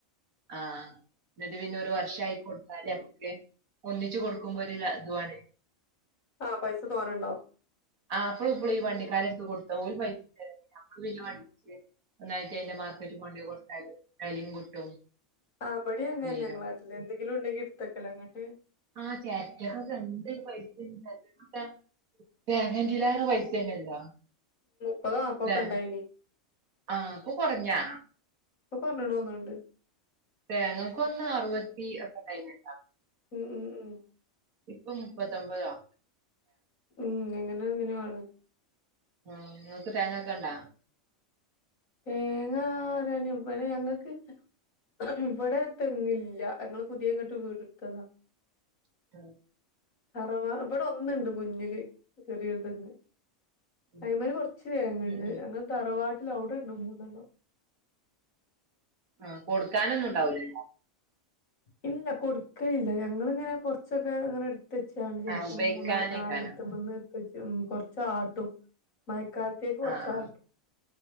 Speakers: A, on the right; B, on the left.
A: ആഹ എന്നിട്ട് പിന്നെ വർഷ ആയിക്കോട്ട എന്നാല് നമുക്ക് ഒന്നിച്ചു കൊടുക്കുമ്പോ ഒരു ത്വ്ണൊ
B: ആഹ പൈസ തോന്നണ്ടാവു
A: ആഹ്പ്പഴും ഇപ്പോള ഈണ്ടിക്കാർ എടുത്ത് കൊടുത്ത ഒല് പൈസ ഞ പിന്നെ വണ്ടി വിളിച്ച് ഒന്നായിട്ട് അതിന്റെ മാർക്കറ്റിൽ കൊണ്ടൊ കൊടുത്താൽ വലിയും കിട്ടും.
B: ആ പടി അങ്ങന
A: ഇതിനോ
B: ന്നെ ഞങ്ങളാട്ട എന്തെങ്കിലും ഉണ്ടെങ്കിൽ ഇടുത്തക്കലോ ഇനട്
A: ആഹ ചരടക്കൊക്ക എന്തരു പൈസ ച തേങ്ങ ന്തിലൊറൊ പൈസേണല്ലോ
B: അപ്പ അപ്പൊക്കെ
A: ല്ലേ
B: ഉണ്ടായിനി
A: ആഹ് ഇപ്പൊ കൊറഞ്ഞാ
B: ഇപ്പൊ കുറഞ്ഞി തോന്നുണ്ട്
A: തേങ്ങൾക്ക് ഒന്ന് അറുപത്തി ഒക്കെ ഉണ്ടയിന്
B: ഉം ഉം ഉം
A: ഇപ്പൊ മുപ്പത്തി അമ്പത് ആ
B: ഉം അങ്ങനെ അങ്ങനെയാണ്.
A: ആഹ നിങ്ങൾക്ക് തേങ്ങക്കെ ഇണ്ടാ
B: തേങ്ങാറാണ് ഇവിടെ ഞങ്ങൾക്ക് ഇല്ല ഇവിടെ തെങ്ങില്ല ഞങ്ങള്ൾ പുതിയ ഇങ്ങോട്ട് വീടെടുത്തതാ.
A: ആഹ
B: തറവാ ഇവിടെ ഒന്നുണ്ട് മുഞ്ഞില് ചെറിയൊരുതങ്ങ്.
A: ഉം
B: ഐമല് കുറച്ച് തേങ്ങ
A: ഉം
B: ഉണ്ട്
A: ഉം.
B: ഞങ്ങളെ തറവാട്ടില അവിടെട് രണ്ടുമൂന്നെണ്ണം
A: ആ കൊടുക്കാനൊന്നും ഉണ്ടാവൂലോ?
B: ഇല്ല കൊടുക്കല്ല ഞങ്ങിങ്ങനെ കൊറച്ചൊക്കെ അങ്ങനെ എടു ഇത്തച്ചാണ് ചിലപ്പോം
A: ആഹ് ഉപയോഗിക്കാനേക്കാരം
B: മൂന്ന നാലത്തുമ വന്ന് ഇത്തച്ച കൊറച്ചാട്ടും മ ക്കാലത്തേക്ക് കുറച്ച്
A: ആഹ് ആഹ്
B: ആടും